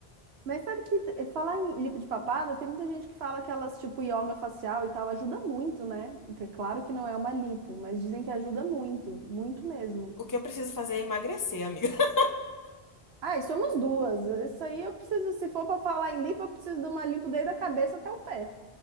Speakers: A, on the right; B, on the left.
A: Mas sabe que eh, falar em lipo de papada, tem muita gente que fala que elas, tipo, yoga facial e tal, ajuda muito, né? Então, É claro que não é uma lipo, mas dizem que ajuda muito, muito mesmo.
B: O que eu preciso fazer é emagrecer, amiga. <laughs>
A: Ah, e somos duas. Isso aí eu preciso, se for pra falar em lipo, eu preciso de uma lipo desde a cabeça até o pé.